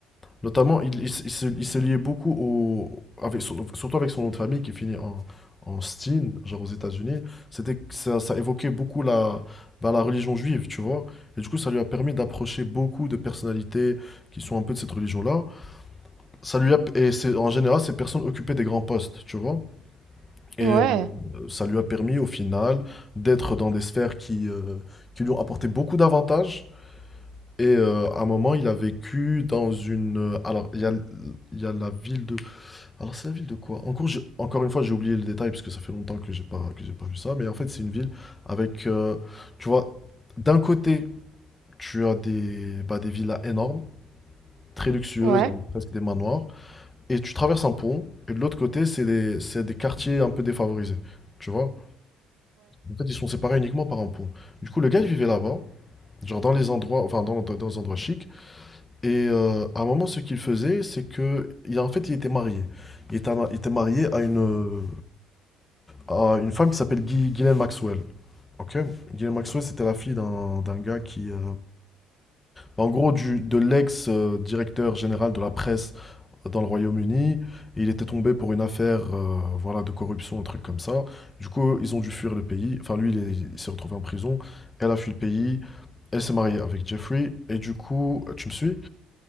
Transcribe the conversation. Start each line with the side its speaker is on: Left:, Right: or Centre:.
Left: Notamment, il, il, se il se- il se liait beaucoup au, avec, sur- surtout avec son nom de famille qui finit en, en Steen, genre aux États-Unis. C'était, ça, ça évoquait beaucoup la, bah, la religion juive, tu vois. Et du coup, ça lui a permis d'approcher beaucoup de personnalités qui sont un peu de cette religion-là. Ça lui a, et c'est, en général, ces personnes occupaient des grands postes, tu vois. Et
Right: ouais, ouais,
Left: euh, ça lui a permis, au final, d'être dans des sphères qui, euh, qui lui ont apporté beaucoup d'avantages. Et euh, à un moment, il a vécu dans une. euh, Alors, il y a, il y a la ville de. Alors c'est la ville de quoi? Encore, j'ai- encore une fois, j'ai oublié le détail parce que ça fait longtemps que j'ai pas que j'ai pas vu ça. Mais en fait, c'est une ville avec, euh, tu vois, d'un côté, tu as des bah, des villas énormes, très luxueuses,
Right: ouais,
Left: avec presque des manoirs, et tu traverses un pont. Et de l'autre côté, c'est des c'est des quartiers un peu défavorisés, tu vois. En fait, ils sont séparés uniquement par un pont. Du coup, le gars il vivait là-bas, genre dans les endroits, enfin dans, dans dans les endroits chics. Et euh, à un moment, ce qu'il faisait, c'est que, il, en fait, il était marié. Il était, ma- il était marié à une, euh, à une femme qui s'appelle Ghi- Ghislaine Maxwell. Ok? Ghislaine Maxwell, c'était la fille d'un d'un gars qui, euh, bah, en gros, du, de l'ex-directeur général de la presse dans le Royaume-Uni. Et il était tombé pour une affaire, euh, voilà, de corruption, un truc comme ça. Du coup, ils ont dû fuir le pays. Enfin, lui, il, est- il s'est retrouvé en prison. Elle a fui le pays. Elle s'est mariée avec Jeffrey. Et du coup, tu me suis?